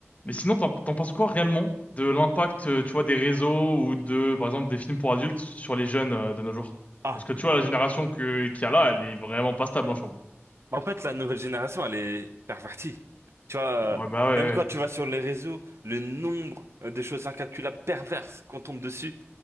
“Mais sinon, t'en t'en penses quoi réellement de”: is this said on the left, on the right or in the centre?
Left